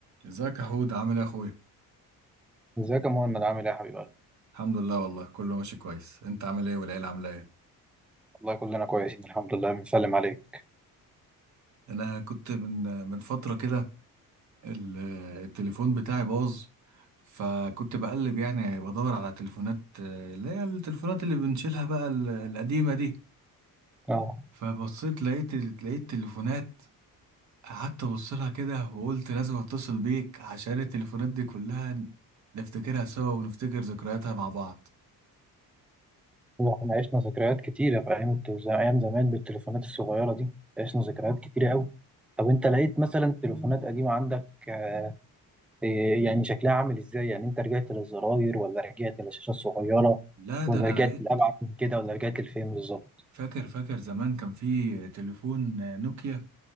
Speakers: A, on the right; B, in the centre.
A: ازيك يا حود عامل ايه يا اخويا
B: ازيك يا مهند عامل ايه يا حبيب قلبي؟
A: الحمد لله والله كله ماشي كويس انت عامل ايه والعيله عامله ايه
B: والله كلنا كويسين الحمد لله بنسلم عليك.
A: انا كنت من من فتره كده ال- التليفون بتاعي باظ فكنت بقلب يعني بدور على تليفونات آه، اللي هي التليفونات اللي بنشيلها بقى ال- القديمه دي
B: اه
A: فبصيت لقيت لقيت تليفونات قعدت ابص لها كده وقلت لازم اتصل بيك عشان التليفونات دي كلها نفتكرها سوا ونفتكر ذكرياتها مع بعض
B: والله احنا عشنا ذكريات كتيرة في ايام الت- زي- ايام زمان بالتليفونات الصغيرة دي عشنا ذكريات كتيرة قوي. طب انت
A: ف-
B: لقيت مثلا تليفونات قديمة عندك آه، إيه يعني شكلها عامل ازاي؟ يعني انت رجعت للزراير ولا رجعت للشاشة الصغيرة
A: لا ده
B: ولا
A: انا
B: رجعت
A: لقيت
B: لأبعد من كده ولا رجعت لفين بالظبط؟
A: فاكر فاكر زمان كان في تليفون آه، نوكيا